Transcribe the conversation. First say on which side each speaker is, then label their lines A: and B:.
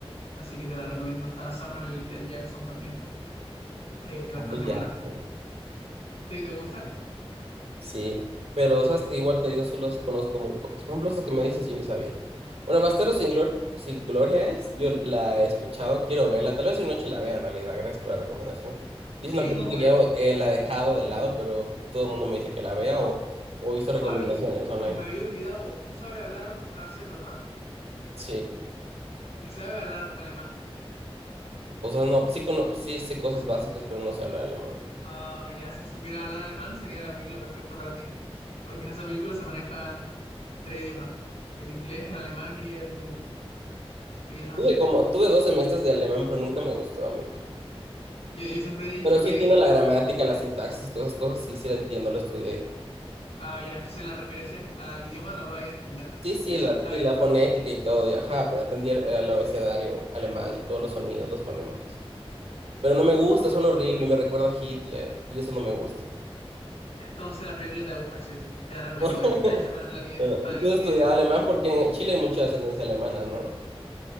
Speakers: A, on the left (about 75°); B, on the right (about 85°).
A: Así que te la recomiendo. Está Samuel L. Jackson también. Eh, bastante
B: Samuel Jackson.
A: buena. ¿Sí, te gusta?
B: Sí, pero sabes que igual te digo, solo conozco muy pocas. Por ejemplo, esas que me dices, yo ni sabía. Bueno, Bastardos sin Glor- sin Gloria es, yo la he escuchado, quiero verla, tal vez hoy noche la vea en realidad, gracias por la recomendación. Y es
A: Sí,
B: una película
A: no,
B: que
A: vela.
B: ya eh, la he dejado de lado, pero todo el mundo me dice que la vea o, o hizo
A: Fabi,
B: recomendaciones online.
A: y me había olvidado, tú sabes hablar francés, ¿verdad?
B: Sí,
A: Y sabes hablar alemán.
B: o sea, no, sí, cono- sí sé cosas básicas, pero no sé hablar alemán.
A: Ah, ya, si supiera hablar alemán sería la película perfecta para ti. Porque en esa película se manejan tres idiomas. El inglés, el alemán y el, y el francés.
B: Tuve como, tuve dos semestres de alemán, pero nunca me gustó, amigo.
A: Yo, yo siempre he dicho
B: Pero sí
A: que
B: entiendo la gramática, la sintaxis y todas esas cosas, sí, sí la entiendo, lo estudié.
A: Ah, ya, entonces las referencias al idioma las vais a entender.
B: Sí, sí,
A: Eso
B: la,
A: es clave.
B: sí, la fonética y todo. y ajá, pero atendí el, el abecedario alemán y todos los sonidos, los fonemas y eso. Pero no me gusta, son horribles y me recuerda a Hitler. Y eso no me gusta.
A: Entonces la película te va a gustar, sí o sí. Te la recomiendo.
B: <laughs>
A: Está hecha para alguien,
B: Pero,
A: para
B: y
A: alguien
B: tú estudiabas
A: que es lingüista.
B: alemán porque en Chile hay mucha descendencia alemana, ¿no?